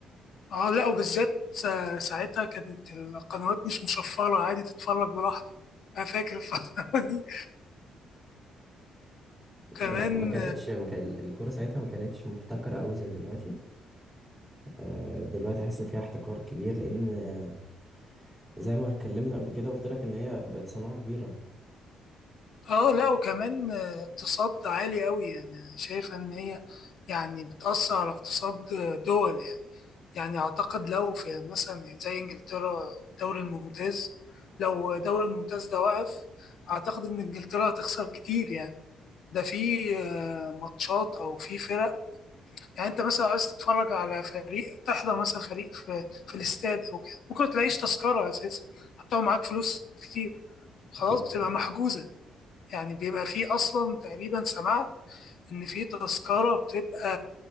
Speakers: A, on the left; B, in the centre.
A: اه لا وبالذات سا- ساعتها كانت القنوات مش مشفرة عادي تتفرج براحتك أنا فاكر الفترة <laughs> دي كمان
B: ما ما كانتش ما كان الكوره ساعتها ما كانتش محتكره قوي زي دلوقتي آه، دلوقتي حاسس ان فيها احتكار كبير لان آه، زي ما اتكلمنا قبل كده قلت لك ان هي بقت صناعه كبيره
A: اه لا وكمان اقتصاد عالي قوي يعني شايفة ان هي يعني بتأثر على اقتصاد دول يعني يعني اعتقد لو في مثلا زي انجلترا الدوري الممتاز لو الدوري الممتاز ده وقف اعتقد ان انجلترا هتخسر كتير يعني ده في آه، ماتشات او في فرق يعني انت مثلا عايز تتفرج على فريق تحضر مثلا فريق في في الاستاد او كده ممكن تلاقيش تذكرة اساسا حتى لو معاك فلوس كتير خلاص
B: اكيد
A: بتبقى
B: طبعا
A: محجوزة يعني بيبقى فيه أصلا تقريبا سمعت إن فيه تذكرة بتبقى